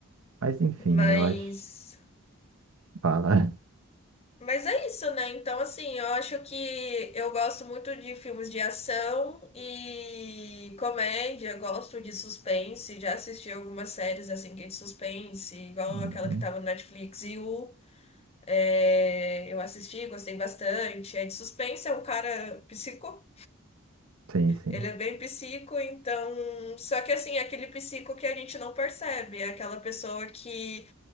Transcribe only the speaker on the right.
Mas enfim,
eu acho. Fala.
Uhum.
Sim, sim.